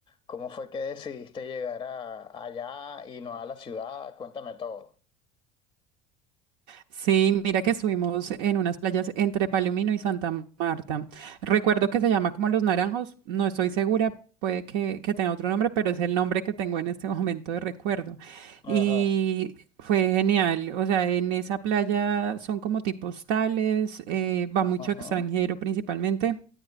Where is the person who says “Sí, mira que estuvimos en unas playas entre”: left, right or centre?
Right